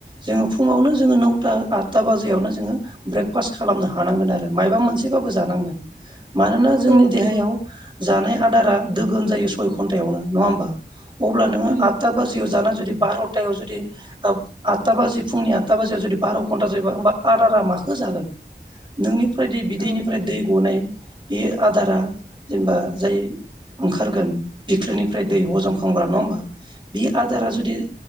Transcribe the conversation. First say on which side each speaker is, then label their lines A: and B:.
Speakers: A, on the right; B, on the right.
A: जोङो फुङावनो जोङो नौथा आतथा बाजियावनो जोङो ब्रेकफास्ट खालामनो हानांगोन आरो मायबा मोनसेबाबो जानांगोन। मानोना जोंनि
B: औ नंगौ
A: देहायाव जानाय आदारा दोगोन जायो सय घन्टायावनो नङा होमबा। अब्ला नोङो
B: उम
A: आतथा बाजियाव जाना जुदि बार'था याव जुदि ओब आतथा बाजि फुंनि आतथा बाजियाव जुदि बार' घन्टा जायो होमबा आदा दा मा माखो जागोन नोंनिफ्राय दै बिदैनिफ्राय
B: औ
A: दै गनाय बेयो आदारा जेनबा जाय ओंखारगोन बिख्लोनिफ्राय दै हजमखग्रा नङा होमबा बे आदारा
B: औ
A: जुदि